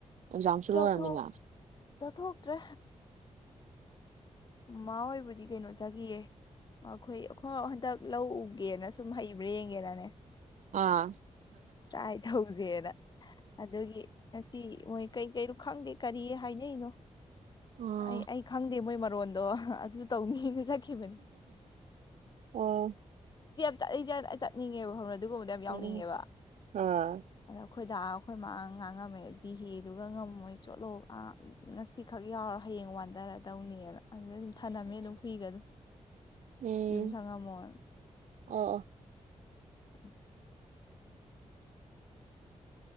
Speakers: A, on the right (about 85°); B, on the left (about 35°).
A: ꯑꯦꯛꯖꯥꯝꯁꯨ
B: ꯆꯊꯣ
A: ꯂꯣꯏꯔꯝꯃꯤꯅ
B: ꯆꯊꯣꯛꯇ꯭ꯔꯦ ꯃꯥ ꯍꯣꯏꯕꯨꯗꯤ ꯀꯩꯅꯣ ꯆꯥꯈꯤꯌꯦ ꯃꯈꯣꯏ ꯑꯩꯈꯣꯏ ꯍꯟꯗꯛ ꯂꯧ ꯎꯒꯦꯅ ꯁꯨꯝ ꯍꯩꯕ꯭ꯔꯥ ꯌꯦꯡꯒꯦꯅꯅꯦ
A: ꯑꯥ
B: ꯇ꯭ꯔꯥꯏ ꯇꯧꯁꯦꯅ ꯑꯗꯨꯒꯤ ꯉꯁꯤ ꯃꯣꯏ ꯀꯩ ꯀꯩꯅꯣ ꯈꯪꯗꯦ ꯀꯔꯤ ꯍꯥꯏꯅꯔꯤꯅꯣ
A: ꯑꯥ
B: ꯑꯩ ꯑꯩ ꯈꯪꯗꯦ ꯃꯣꯏ ꯔꯣꯟꯗꯣ ꯑꯗꯨ ꯇꯧꯅꯤꯅ ꯆꯠꯈꯤꯕꯅꯦ
A: ꯑꯣ
B: ꯆꯠꯂꯤ ꯆꯠ ꯑꯩ ꯆꯠꯅꯤꯡꯉꯦꯕ ꯑꯗꯨꯒꯨꯝꯕꯗ ꯌꯥꯝ ꯌꯥꯎꯅꯤꯡꯉꯦꯕ
A: ꯎꯝ ꯎꯝ ꯑꯥ
B: ꯑꯩꯈꯣꯏꯗ ꯑꯩꯈꯣꯏ ꯃꯥꯒ ꯉꯥꯡꯉꯝꯃꯦ ꯗꯤ ꯍꯦꯗꯨꯒ ꯉꯝꯃꯣꯏ ꯆꯠꯂꯣ ꯑ ꯉꯁꯤ ꯈꯛ ꯌꯥꯎꯔ ꯍꯌꯦꯡ ꯋꯥꯟꯊꯔꯛꯑꯗꯧꯅꯦꯅ ꯑꯗꯨꯗꯩ ꯑꯗꯨꯝ ꯊꯥꯅꯝꯃꯦ ꯑꯗꯨꯝ ꯍꯨꯏꯒ ꯑꯗꯨꯝ
A: ꯎꯝ
B: ꯌꯨꯝ ꯁꯪꯉꯝꯃꯣꯅ
A: ꯑꯣ ꯑꯣ
B: <inaudible>